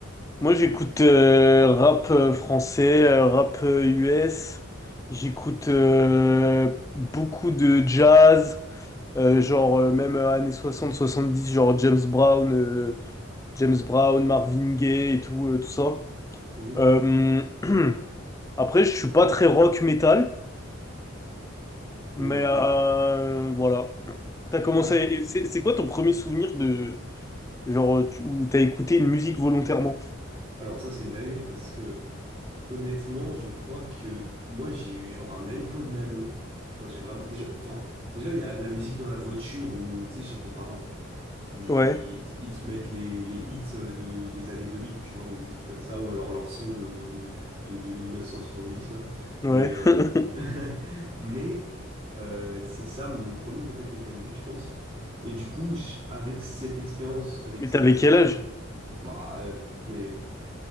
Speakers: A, on the left; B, on the right.
A: Moi, j'écoute euh, rap euh, français, euh, rap euh, US. J'écoute euh, beaucoup de jazz, euh,
B: Mhm,
A: genre euh, même euh, années soixante soixante-dix, genre James Brown, euh, James Brown, Marvin Gaye et tout, euh, tout ça.
B: mhm.
A: Euh, <clears throat> Après, je suis pas très rock metal, mais
B: Moi non plus.
A: euh, voilà. T'as commencé.
B: Bah,
A: C'est c'est quoi ton premier souvenir de Genre, tu, où t'as écouté une musique volontairement.
B: alors ça, c'est une dinguerie parce que Honnêtement, je crois que moi j'ai eu genre un iPod Nano quand j'ai vraiment déjà enfin déjà il y a la musique dans la voiture ou tu sais chez tes parents ils,
A: Ouais,
B: ils te mettent les, les hits euh, de des années 2000 tu vois ou des trucs comme ça ou alors leur son de de, de, de 1970 là
A: ouais.
B: mais euh,
A: <laughs>
B: <laughs> mais euh, c'est ça mon premier contact avec la musique je pense et du coup je- avec cette expérience avec
A: Mais
B: cette
A: t'avais
B: euh,
A: quel
B: première
A: âge?
B: bah euh, mais